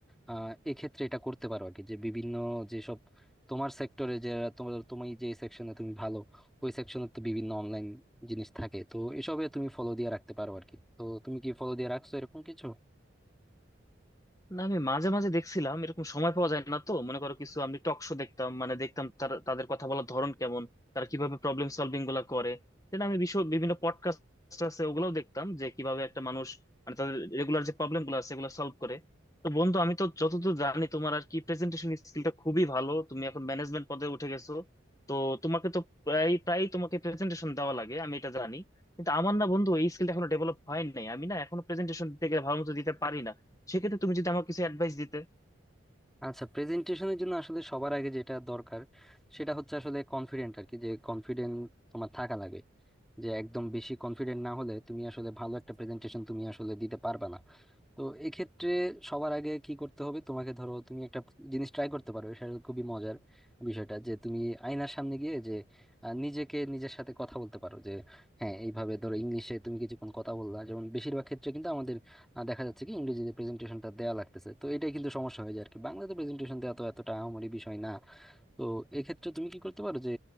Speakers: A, in the centre; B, on the left.
A: আহ এক্ষেত্রে এটা করতে পারো আর কি যে বিভিন্ন যেসব তোমার সেক্টরে যে তোমার তুমি যে সেকশনে তুমি ভালো ওই সেকশনে তো বিভিন্ন অনলাইন জিনিস থাকে তো এসবে তুমি ফলো দিয়ে রাখতে পারো আর কি তো তুমি কি ফলো দিয়ে রাখছো এরকম কিছু
B: না আমি মাঝে মাঝে দেখছিলাম এরকম সময় পাওয়া যায় না তো মনে করো কিছু আমি টক শো দেখতাম মানে দেখতাম তার- তাদের কথা বলার ধরন কেমন তারা কিভাবে প্রবলেম সলভিং গুলা করে দেন আমি বিশ্ব বিভিন্ন পডকাস্ট আছে ওগুলোও দেখতাম যে কিভাবে একটা মানুষ মানে তাদের রেগুলার যে প্রবলেম গুলো আছে এগুলো সলভ করে তো বন্ধু আমি তো যতদূর জানি তোমার আর কি প্রেজেন্টেশন স্কিলটা খুবই ভালো তুমি এখন ম্যানেজমেন্ট পদে উঠে গেছো তো তোমাকে তো প্রায় প্রায় তোমাকে প্রেজেন্টেশন দেওয়া লাগে আমি এটা জানি কিন্তু আমার না বন্ধু এই স্কিলটা এখনো ডেভেলপ হয় নাই আমি না এখনো প্রেজেন্টেশন দিতে গেলে ভালো মতো দিতে পারি না সেক্ষেত্রে তুমি যদি আমাকে কিছু অ্যাডভাইস দিতে
A: আচ্ছা প্রেজেন্টেশনের জন্য আসলে সবার আগে যেটা দরকার সেটা হচ্ছে আসলে কনফিডেন্ট আর কি যে কনফিডেন্ট তোমার থাকা লাগে যে একদম বেশি কনফিডেন্ট না হলে তুমি আসলে ভালো একটা প্রেজেন্টেশন তুমি আসলে দিতে পারবে না তো এক্ষেত্রে সবার আগে কি করতে হবে তোমাকে ধরো তুমি একটা জিনিস ট্রাই করতে পারো সেটা খুবই মজার বিষয়টা যে তুমি আয়নার সামনে গিয়ে যে আহ, নিজেকে নিজের সাথে কথা বলতে পারো যে হ্যাঁ এইভাবে ধরো ইংলিশে তুমি কিছুক্ষণ কথা বললা যেমন বেশিরভাগ ক্ষেত্রে কিন্তু আমাদের আহ, দেখা যাচ্ছে কি ইংরেজিতে প্রেজেন্টেশনটা দেওয়া লাগতেছে তো এটাই কিন্তু সমস্যা হয়ে যায় আর কি বাংলাতে প্রেজেন্টেশন দেওয়া তো এতটা আহামরি বিষয় না তো এক্ষেত্রে তুমি কি করতে পারো যে